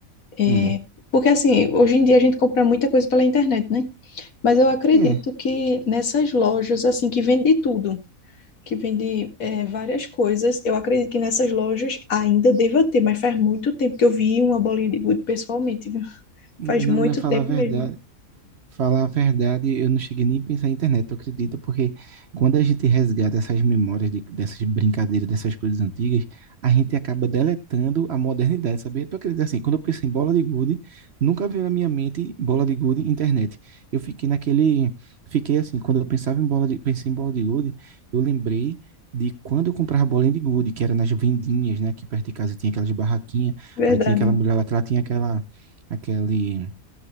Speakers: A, on the left; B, on the right.
A: é,
B: Hum,
A: porque assim, hoje em dia a gente compra muita coisa pela internet, né? Mas eu acredito
B: é,
A: que nessas lojas, assim, que vende tudo, que vende é, várias coisas, eu acredito que nessas lojas ainda deva ter, mas faz muito tempo que eu vi uma bolinha de gude pessoalmente, viu?
B: não,
A: Faz muito
B: mas falar
A: tempo
B: a verdade.
A: mesmo,
B: Falar a verdade, eu não cheguei nem a pensar em internet, eu acredito, porque quando a gente resgata essas memórias de- dessas brincadeiras, dessas coisas antigas, a gente acaba deletando a modernidade, sabia? Tu acredita assim, quando eu penso em bola de gude, nunca veio na minha mente bola de gude internet. Eu fiquei naquele, fiquei assim, quando eu pensava em bola de, pensei em bola de gude, eu lembrei de quando eu comprava bolinha de gude, que era nas vendinhas, né, aqui perto de casa tinha aquelas barraquinhas,
A: verdade.
B: aí tinha aquela mulher lá que ela tinha aquela, aquele